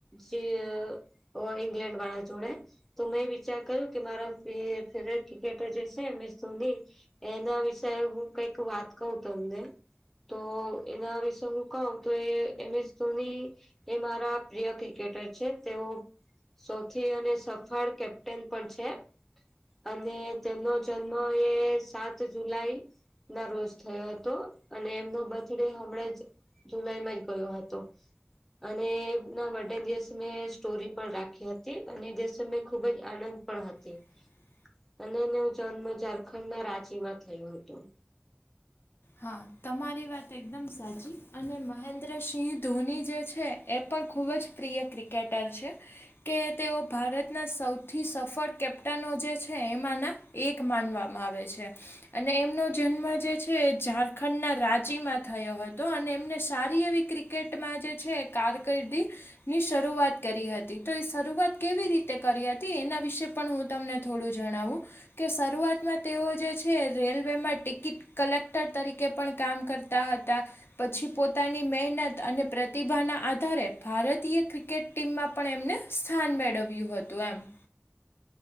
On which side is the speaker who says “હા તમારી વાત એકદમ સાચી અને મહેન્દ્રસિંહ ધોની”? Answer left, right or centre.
Left